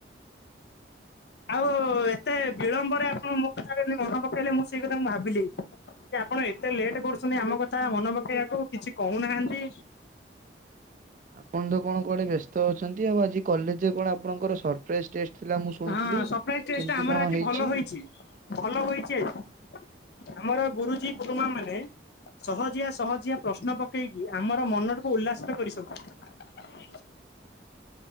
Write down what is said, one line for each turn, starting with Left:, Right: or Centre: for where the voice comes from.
Left: ଆଉ ଏତେ ବିଳମ୍ବରେ ଆପଣ ମୋ କଥା ଟି ମନେ ପକେଇଲେ ମୁଁ ସେଇ କଥା ମୁଁ ଭାବିଲି। ଆପଣ ଏତେ ଲେଟ୍ କରୁଛନ୍ତି, ଆମ କଥା ମନେ ପକେଇବାକୁ କିଛି କହୁନାହାନ୍ତି।
Right: ଆପଣ ତ କଣ କୁଆଡେ ବ୍ୟସ୍ତ ଅଛନ୍ ନ୍ତି ଆଉ ଆଜି କଲେଜରେ କଣ ଆପଣଙ୍କର ସରପ୍ରାଇଜ ଟେଷ୍ଟ ଥିଲା ମୁଁ ଶୁଣୁଥିଲି,
Left: ହଁ ସରପ୍ରାଇଜ ଟେଷ୍ଟ
Right: କେମତି
Left: ଟା ଆମର
Right: କଣ
Left: ଆଜି
Right: ହେଇଛି?
Left: ଭଲ ହୋଇଛି। ଭଲ ହୋଇଛି ଆଜି, ଆମର ଗୁରୁଜୀ ଗୁରୁମାମାନେ ସହଜିଆ, ସହଜିଆ ପ୍ରଶ୍ନ ପକେଇକି ଆମର ମନଟିକୁ ଉଲ୍ଲାସିତ କରିଛନ୍ତି।
Right: <inaudible>